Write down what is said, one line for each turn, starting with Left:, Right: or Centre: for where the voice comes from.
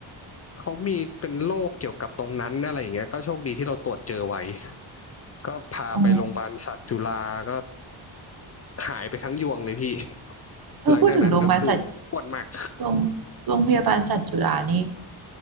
Left: เขามีเป็นโรคเกี่ยวกับตรงนั้นอะไรอย่างเงี้ยก็โชคดีที่เราตรวจเจอไว้ก็พาไปโรงพยาบาลสัตว์จุฬาก็
Right: อ๋อ
Left: หายไปทั้งยวงเลยพี่
Right: เออพูดถึงโรงพยาบาลสัตว์
Left: หลังจากนั้นก็คือปวดมาก
Right: โรงโรงพยาบาลสัตว์จุฬานี่